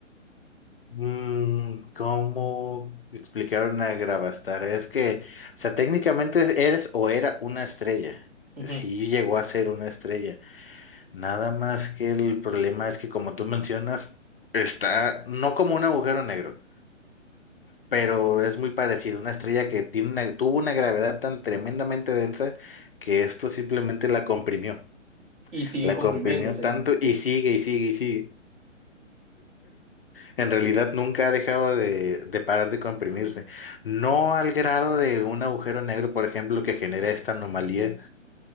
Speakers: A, on the left; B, on the right.
A: Mm, ¿cómo explicaron a Gravastar? Es que, o sea, técnicamente eres o era una estrella.
B: Ujú.
A: Sí llegó a ser una estrella. Nada más que el problema es que, como tú mencionas, está no como un agujero negro, pero es muy parecido. Una estrella que tiene una- tuvo una gravedad tan tremendamente densa que esto simplemente la comprimió.
B: Y sigue
A: La
B: comprimiéndose.
A: comprimió tanto y sigue y sigue y sigue. En realidad nunca ha dejado de, de parar de comprimirse. No al grado de un agujero negro, por ejemplo, que genera esta anomalía,